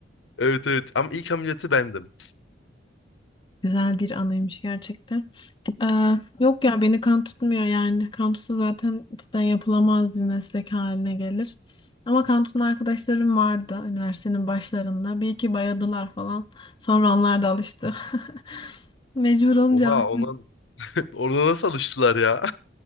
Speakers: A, on the left; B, on the left.
A: Evet evet ama ilk ameliyatı bendim.
B: güzel bir anıymış gerçekten. Ee, yok ya beni kan tutmuyor yani. Kan tutsa zaten cidden yapılamaz bir meslek haline gelir. Ama kan tutan arkadaşlarım vardı üniversitenin başlarında. Bir iki bayadılar falan. Sonra onlar da alıştı. <laughs> Mecbur olunca
A: Oha
B: alıştı.
A: ondan, <laughs> ona nasıl alıştılar ya?